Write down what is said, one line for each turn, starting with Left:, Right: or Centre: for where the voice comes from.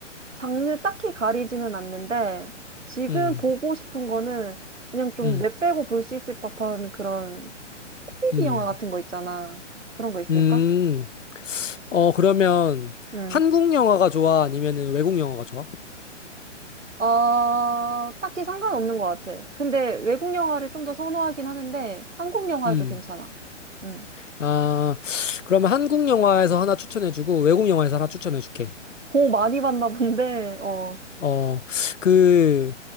Right: 장르 딱히 가리지는 않는데, 지금
Left: 응,
Right: 보고 싶은 거는 그냥 좀
Left: 응,
Right: 뇌 빼고 볼 수 있을 법한 그런 코미디
Left: 응,
Right: 영화 같은 거 있잖아. 그런 거 있을까?
Left: 음. 어, 그러면
Right: 응.
Left: 한국 영화가 좋아? 아니면은 외국 영화가 좋아?
Right: 어, 딱히 상관없는 것 같아. 근데 외국 영화를 좀 더 선호하긴 하는데, 한국 영화도
Left: 음.
Right: 괜찮아. 응.
Left: 아, 그러면 한국 영화에서 하나 추천해주고 외국 영화에서 하나 추천해줄게.
Right: 고 많이 봤나 본데, 어.
Left: 어, 그,